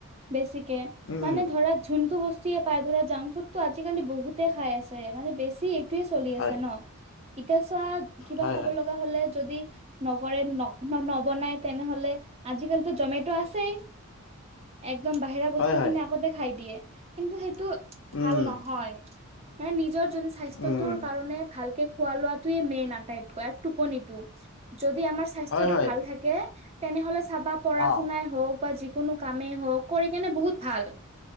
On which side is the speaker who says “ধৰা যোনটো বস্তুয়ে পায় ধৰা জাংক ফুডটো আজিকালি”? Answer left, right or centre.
Right